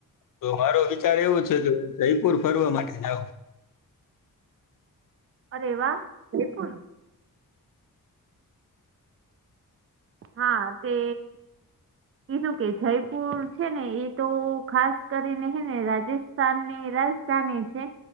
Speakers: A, on the left (about 65°); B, on the right (about 40°).
A: તો મારો વિચાર એવો છે કે હું જયપુર ફરવા માટે જાઉં.
B: અરે વાહ જયપુર. હા તે કીધું કે જયપુર છે ને એ તો ખાસ કરીને હે ને રાજ સ્થાનની રાજધાની છે.